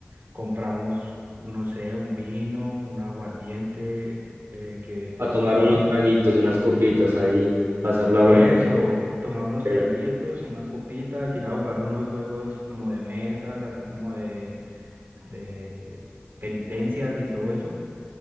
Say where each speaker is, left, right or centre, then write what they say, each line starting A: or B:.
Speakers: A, on the right; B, on the right.
A: compramos, no sé, un vino, un aguardiente, eh, ¿qué te
B: A
A: gusta
B: tomar
A: más?
B: unos traguitos, unas copitas ahí, pasarla
A: Eso,
B: bueno.
A: tomar unos
B: Ok,
A: traguitos, unas copitas, ir a jugar unos juegos como de mesas, así como de, de penitencias y todo eso.